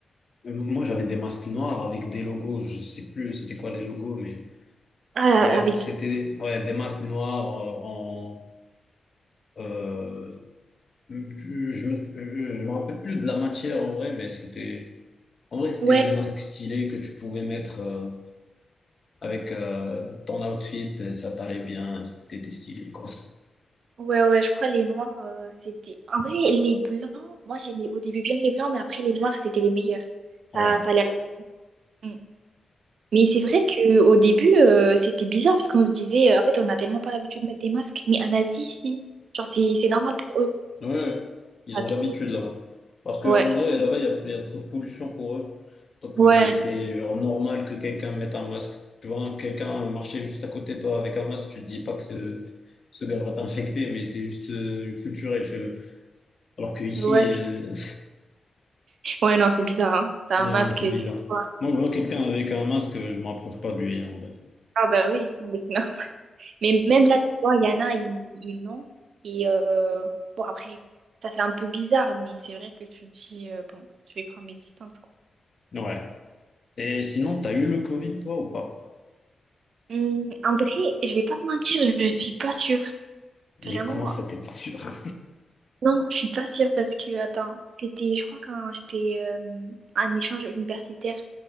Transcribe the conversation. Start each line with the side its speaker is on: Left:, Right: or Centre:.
Left: Moi, j'avais des masques noirs avec des logos, je sais plus c'était quoi les logos, mais.
Right: Ah,
Left: Ouais,
Right: avec...
Left: c'était ouais, des masques noirs euh, en. euh, je me, je me rappelle plus de la matière en vrai, mais c'était. En vrai, c'était
Right: Ouais.
Left: des masques stylés que tu pouvais mettre euh, avec euh, ton outfit, ça t'allait bien, c'était stylé, quoi.
Right: Ouais, ouais, je crois les noirs, euh, c'était... En vrai, les blancs, moi j'aimais au début bien les blancs, mais après les noirs, c'était les meilleurs.
Left: Ouais.
Right: Ça, ça allait avec. Mm. Mais c'est vrai qu'au début, euh, c'était bizarre parce qu'on se disait, euh, en fait, on n'a tellement pas l'habitude de mettre des masques, mais en Asie, si. Genre, c'est c'est normal pour eux.
Left: Ouais, ouais. ils
Right: Ça
Left: ont
Right: tout...
Left: l'habitude là-bas. Parce qu'en
Right: Ouais,
Left: vrai, là-bas, il y a, il y a trop de pollution pour eux. Donc,
Right: ouais.
Left: euh, c'est genre normal que quelqu'un mette un masque. Tu vois, quelqu'un marcher juste à côté de toi avec un masque, tu te dis pas que ce, ce gars va t'infecter, mais c'est juste euh, culturel chez eux. Alors qu'ici,
Right: Ouais, c'est-
Left: euh,
Right: ouais, non, c'est bizarre, hein.
Left: <laughs>
Right: T'as
Left: non,
Right: un masque
Left: c'est
Right: et
Left: bizarre.
Right: tu... vois.
Left: Moi, je vois quelqu'un avec un masque, je ne m'approche pas de lui, hein, en vrai.
Right: Ah bah oui, mais c'est Mais même là, tu vois, il y en a, ils ils l'ont. Et euh, bon, après, ça fait un peu bizarre, mais c'est vrai que tu te dis, euh, bon, je vais prendre mes distances, quoi.
Left: Ouais. Et sinon, t'as eu le Covid, toi, ou pas?
Right: Hum, en vrai, je vais pas te mentir, je suis pas sûre.
Left: Mais
Right: Vraiment,
Left: comment ça, t'es pas sûr? <laughs>
Right: non, je suis pas sûre parce que, attends, c'était, je crois, quand j'étais euh, en échange universitaire